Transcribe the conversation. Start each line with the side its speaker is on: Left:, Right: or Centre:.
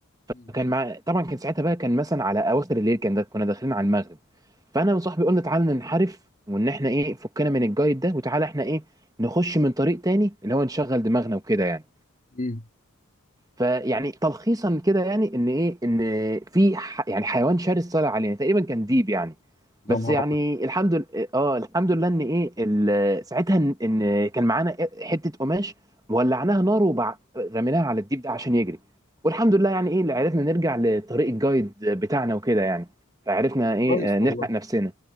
Left: مم.
Right: فكان مع طبعا كان ساعتها بقى كان مثلا على اواخر الليل كان ده كنا داخلين على المغرب فانا وصاحبي قلنا تعالى ننحرف وان احنا ايه فكنا من الجايد ده وتعالى احنا ايه نخش من طريق تاني اللي هو نشغل دماغنا وكده يعني
Left: مم.
Right: فيعني تلخيصا كده يعني ان ايه ان في ح... يعني حيوان شرس طلع علينا تقريبا كان ديب يعني
Left: يا
Right: بس
Left: نهار
Right: يعني
Left: أبيض
Right: الحمد لله اه الحمد لله ان ايه ال... ساعتها ان إن كان معانا حته قماش ولعناها نار وبع... رميناها على الديب ده عشان يجري والحمد لله يعني ايه اللي عرفنا نرجع لطريق الجايد بتاعنا وكده يعني فعرفنا ايه
Left: كويس
Right: آه،
Left: والله
Right: نلحق نفسنا